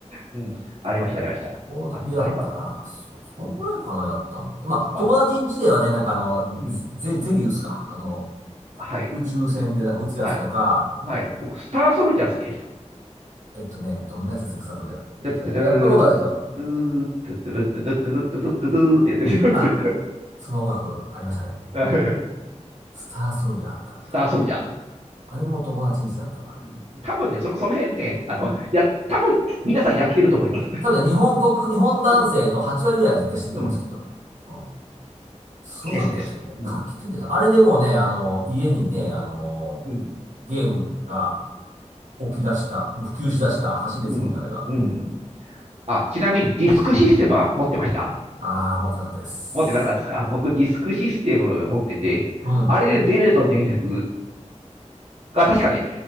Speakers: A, on the right (about 60°); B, on the right (about 90°).
A: <laughs> うん、ありました、ありました。
B: ボートピアだったな。
A: あと、何かな
B: そ、そんぐらいかな、
A: うん、
B: やったんって。まあ、
A: あ、
B: 友達ん家ではね、なんかあの、
A: うん、
B: ゼ、ゼビウスか。あの、
A: はい、
B: 宇宙船でなんか撃つやつとか、
A: はい、はい。僕、スターソルジャー好きでした。
B: えっとね、どんなやつですか、スターソルジャー。
A: トゥットゥドゥー、
B: えっとね、やったことあるけど、
A: ドゥドゥドゥドゥドゥドゥドゥドゥドゥドゥって
B: あ、その音楽ありましたね。
A: やつでしょ
B: スターソルジャーあったあった。
A: <laughs> スターソルジャー。
B: あれも友達ん家だったな。
A: うん多分ね、その、その辺ね、あの、や、多分、皆さんやってると思います。
B: 多分ね、日本国、日本男性の8割ぐらいは絶対してると思うんです、
A: うん。うん
B: きっと。うん。すごかったですよね。
A: ですです。うん。
B: 画期的です。あれでもうね、あの、
A: うん
B: 家にね、あの、
A: うん。
B: ゲームが起き出した、
A: うん。
B: もう普及し出した橋ですもんね、
A: うん。
B: あれが。
A: うんあ、ちなみにディスクシステムは持ってました
B: ああ、持ってなかったです。
A: 持ってなかったですか僕ディスクシステム持ってて、
B: うん、
A: あれでゼルダの伝説が確かね、